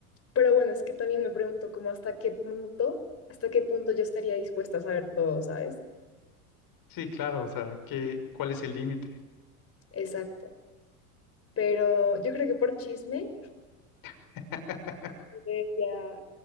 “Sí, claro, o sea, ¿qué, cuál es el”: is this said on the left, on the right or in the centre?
Left